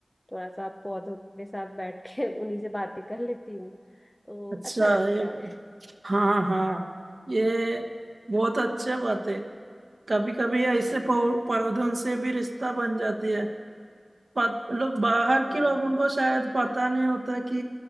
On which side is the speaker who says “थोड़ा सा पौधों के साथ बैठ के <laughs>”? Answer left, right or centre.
Left